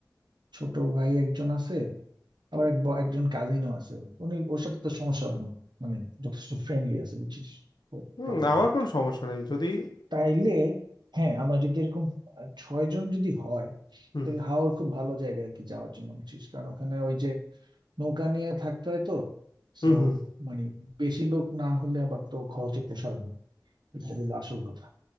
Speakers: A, on the right; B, on the left.
A: ছোট ভাই একজন আছে আবার এক ব- একজন কাজিনও আছে উনি ওর সাথে তো সমস্যা হবে না মানে যথেষ্ট ফ্রেন্ডলি আছে বুঝছিস
B: হুম
A: প্রবলেম
B: আমার
A: নেই
B: কোনো সমস্যা নেই যদি
A: তাইলে হ্যাঁ আমরা যদি এরকম আহ, ছয় জন যদি হয়
B: হুম
A: তাহলে হাওড় খুব ভালো জায়গা আর কি যাওয়ার জন্য বুঝছিস কারণ ওখানে ওই যে নৌকা নিয়ে থাকতে হয় তো
B: হুম
A: সো
B: হুম
A: মানে বেশি লোক না হলে আবার তো খরচে পোষাবে না এটা হলো আসল কথা